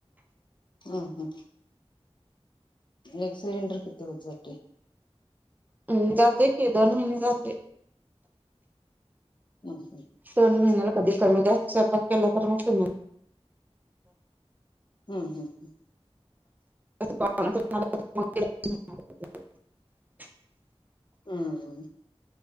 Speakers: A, on the left; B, on the right.
A: हां हां. एक सिलिंडर किती दिवस जातय.
B: हम् जातय की दोन महिने जातंय.
A: हम्म
B: दोन महिन्याला कधी कमीजास्त स्वयपाक केला तर मग कमी.
A: हम्म हम्म.
B: <unintelligible>
A: हं हं.